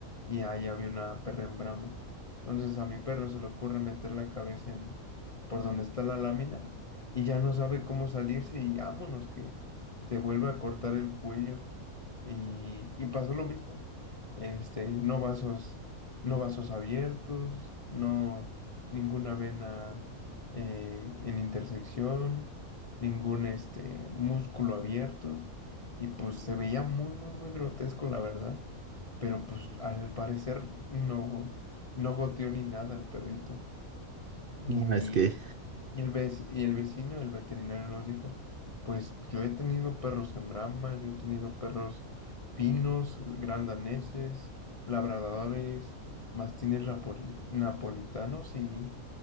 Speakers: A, on the left; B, on the right.
A: Y ahí había una perra en brama. Entonces a mi perro se le ocurre meter la cabeza en por donde está la lámina y ya no sabe cómo salirse y vámonos que se vuelve a cortar el cuello. Y, y pasó lo mismo. Este, no vasos, no vasos abiertos, no ninguna vena eh, en intersección ningún este músculo abierto y pues se veía muy muy muy grotesco la verdad, pero pues al parecer no no goteó ni nada el perrito. Y
B: No,
A: mi
B: es que...
A: y el vec- y el vecino, el veterinario nos dijo, pues yo he tenido perros en brama yo he tenido perros finos, grandaneses, labradores, mastines napoli- napolitanos y